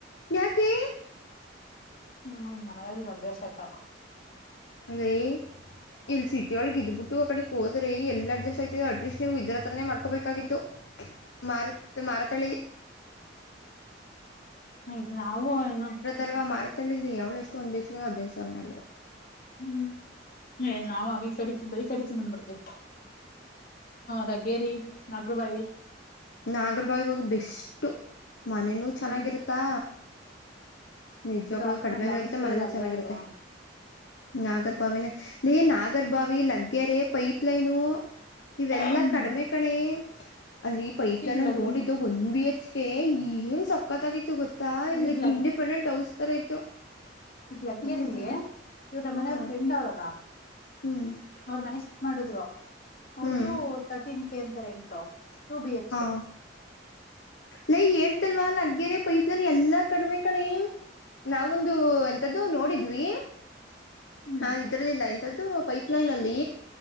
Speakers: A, on the left; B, on the left.
A: ಯಾಕೆ
B: ಹ್ಮ್ ನಮ್ಮ ಮನ ರೇಶ ಆಯ್ತಾರ
A: ಅದ <inaudible> ಇಲ್ಲಿ ಸಿಟಿ ಒಳಗ್ ಇದ್ಬಿಟ್ಟು ಕಡೆ ಹೋ್ರ ಎ ಅಜಸ್ ಆಯಐತದೆ ಅಟ್ಲೀಸ್ಟ್ ನೀವು ಇದ್ರ ಹತ್ರನೇ ಮಾಡ್ಕೋಬೇಕಾಗಿಿದ್ದತ್ತು ಮಾರು ಮಾರತಳಿ
B: ಇ ಅವೋ ನ <unintelligible>
A: ಅಲ್ವಾ ಮಾರತಳ್ಳದ ಯಾವಳಷ್ಟ ಒಂದ್ ಬೇಸ ಹದಿನೈದು ಸಾವರನ ಅಲ್ವ
B: ಹ್ಮ್ ಏ ನಾವಾಗ ಈ ಕಡೆಬೈಸ್ ಕಡಿಕ ಬಂದ್ಬಡ್ತೇವಿ ಲಗ್ಗೆರೆ ನಾಗರುೂಬಾವಿ
A: ನಾಗರ ಬಾಗಗ ಹೋಗಿ ಬೆಸ್ು ಮನನೂ ಚೆನ್ನಾಗಿರುತ್ತಾ
B: ಈಗ
A: ನಿಜ್ವಾಗ್ಳೂ
B: ಆಫೀಸ್
A: ಕಡಿಮೆನ
B: ನಮ್ದು ಆಫೀಸ್
A: ಇರುತ್ತೆ
B: ಇರೋದ
A: ಮನೇನ
B: ಅಲ್ಲೇ
A: ಚೆನ್ನಾಗಿರುತ್ತೆ
B: ಅಲ್ವಾ
A: ನಾಗರಬಾವ ನೀ ನಾಗರಬಾವ ಲಗೆ ರ ಪೈಪ ಲೈನ್ು ಇವೆಲ್ಲಾ
B: ಹ್ಮ್
A: ಕಡಿಮೆ ಕಡೆ ಅಲ್ಲಿ ಪೈಪ್ ಲೈನ್
B: ಈಗ್ಲಗೇನ್
A: ಅಲ್ಲಿ ನೋಡಿದ್ದ ಒನ್ ಬಿ ಎಚ್ ಕೆ ಏನ್ ಸಕ್ಕತ್ತಗ ಇತ್ತು ಗೊತ್ತಾ
B: ಈಗ
A: ಲೈಕ್ ಇಂಡಿಪೆಂಡೆಂಟ್ ಔಟ್ ತರ ಇತ್ತು
B: ಈಗ್ ಲಗ್ಗೇರ್
A: ಹ್ಮ್
B: ಅಲ್ಲಿ ಇವ್ರ ನಮ್ಮ
A: ಹ್ಮ್
B: ಮನೆಯವ್ರ ಫ್ರೆಂಡ್ ಅವ್ರಲ್ಲ
A: ಹ್ಮ್
B: ಅವ್ರ ಮನೆ ಶಿಪ್ಟ್ ಮಾಡಿದ್ರು ಅವ್ರ್ದು
A: ಹ್ಮ್
B: ತರ್ಟೀನ್ ಕೆ ಅಂತೆ ರೆಂಟು. ಟು ಬಿ ಎಚ್
A: ಹಾ
B: ಕೆ
A: ಲೇ ಹೇಳ್ತಲ್ವಾ ಲಗ್ಗೇರೆ ಪೈಪ್ ಲೈನ್ ಎಲ್ಲಾ ಕಡಿಮೆ ಕಣೆ. ನಾವೊಂದು ಎಂತದ್ದು ನೋಡಿದ್ವಿ
B: ಹ್ಮ್
A: ಹ ಇದ್ರಲ್ಲಿಲ್ಲ ಎಂಥದ್ದು ಪೈಲೈನ್ ಅಲ್ಲಿ